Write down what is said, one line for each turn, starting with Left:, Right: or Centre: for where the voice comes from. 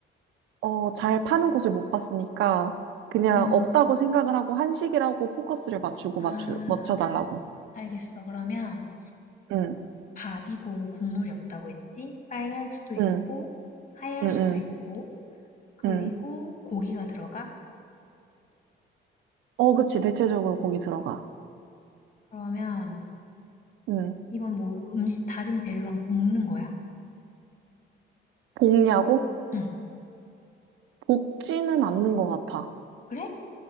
Right: 어, 잘 파는 곳을 못 봤으니까 그냥
Left: 음,
Right: 없다고 생각을 하고 한식이라고 포커스를 맞추고
Left: 아,
Right: 맞추, 맞춰달라고.
Left: 알겠어. 그러면
Right: 응,
Left: 밥이고 국물이 없다고 했지? 빨갈 수도 있고,
Right: 응,
Left: 하얄
Right: 응,
Left: 수도
Right: 응,
Left: 있고, 그리고
Right: 응.
Left: 고기가 들어가?
Right: 어, 그치. 대체적으로 고기 들어가.
Left: 그러면
Right: 응.
Left: 이건 뭐 음식 다른 재료랑 볶는 거야?
Right: 볶냐고?
Left: 응.
Right: 볶지는 않는 것 같아.
Left: 그래?